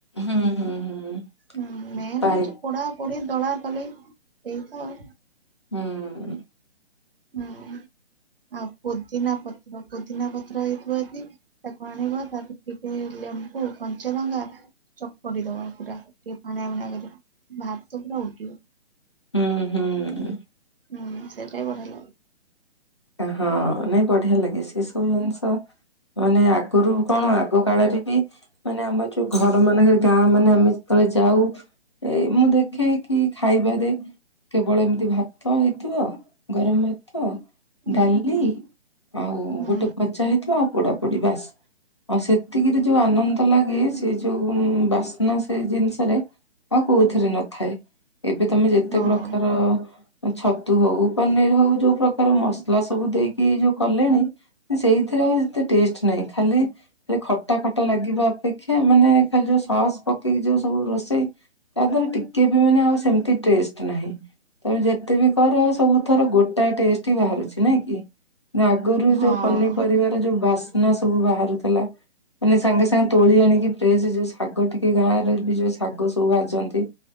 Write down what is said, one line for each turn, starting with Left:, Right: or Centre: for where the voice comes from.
Left: ହୁଁ ହୁଁ ହୁଁ।
Right: ହୁଁ ମେନ୍
Left: ପାଇ
Right: ହୋଉଛି ପୋଡ଼ା ପୋଡ଼ି ଦଳା ଦଳି ଏଇତ ଆଉ।
Left: ହୁଁ।
Right: ହୁଁ ଆଉ ପୋଦିନା ପତ୍ର ପୋଦିନା ପତ୍ର ହେଇଥିବ ଯଦି ତାକୁ ଆଣିବ ତାକୁ ଟିକେ ଲେମ୍ବୁ କଞ୍ଚାଲଙ୍କା ଚକଟି ଦବ ପୁରା ଟିକେ ପାଣିଆ ପାଣିଆ କରିକି ଭାତ ପୁରା ଉଡ଼ିବ।
Left: ହୁଁ ହୁଁ।
Right: ହୁଁ ସେଇଟା ବି ବଢ଼ିଆ ଲାଗିବ।
Left: ହଁ, ନାଇଁ ବଢ଼ିଆ ଲାଗେ, ସେ ସବୁ ଜିନିଷ ମାନେ ଆଗରୁ କଣ ଆଗ କାଳରେ ବି ମାନେ ଆମ ଯୋଉ ଘର ମାନଙ୍କରେ ଗାଁ ମାନେ ଆମେ ଯେତେବେଳେ ଯାଉ ଏଇ ମୁଁ ଦେଖେ କି ଖାଇବା ରେ କେବଳ ଏମିତି ଭାତ ହେଇଥିବ, ଗରମ ଭାତ
Right: ହୁଁ
Left: ଡ଼ାଲି, ଆଉ
Right: ହୁଁ
Left: ଗୋଟେ ଭଜା ହେଇଥିବା ଆଉ ପୋଡ଼ା ପୋଡ଼ି ବାସ୍। ଆଉ ସେତିକିରେ ଯୋଉ ଆନନ୍ଦ ଲାଗେ ସେ ଯୋଉ ବାସ୍ନା ସେ ଜିନିଷରେ। ଆଉ କୋଉଥିରେ ନଥାଏ। ଏବେ ତମେ ଯେତେ
Right: ହଁ
Left: ପ୍ରକାର ଛତୁ ହଉ ପନିର ହଉ ଯୋଉ ପ୍ରକାର ମସ୍ ସ୍ଲା ସବୁ ଦେଇକି ଯୋଉ କଲେଣି ସେଇଥିରେ ଏତେ ଟେଷ୍ଟ୍ ନାହିଁ ଖାଲି ଖାଲି ଖଟା ଖଟା ଲାଗିବା ଅପେକ୍ଷା ମାନେ ଖାଲି ଯୋଉ ସସ୍ ପକେଇକି ଯୋଉ ସବୁ ରୋଷେଇ <unintelligible> ଟିକେ ବି ମାନେ ଆଉ ସେମିତି ଟେଷ୍ଟ ନାହିଁ। ତମେ ଯେତେ ବି କର ସବୁ ଥର ଗୋଟାଏ ଟେଷ୍ଟ୍ ହି ବାହାରୁଛି ନାଇଁ କି? ଆଗରୁ
Right: ହଁ
Left: ଯୋଉ ପନିପରିବାର ଯୋଉ ବାସ୍ନା ସବୁ ବାହାରୁଥିଲା। ମାନେ ସାଙ୍ଗେ ସାଙ୍ଗେ ତୋଳି ଆଣିକି ଫ୍ରେଶ ଯୋଉ ଶାଗ, ଟିକେ ଗାଁରେ ବି ଯୋଉ ଶାଗ ସବୁ ଭାଜନ୍ତି।